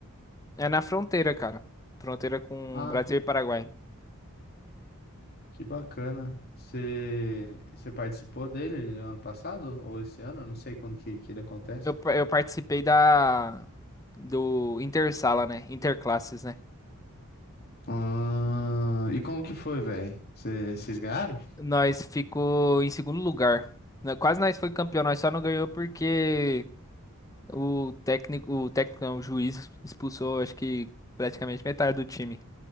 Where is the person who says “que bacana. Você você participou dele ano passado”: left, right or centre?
Left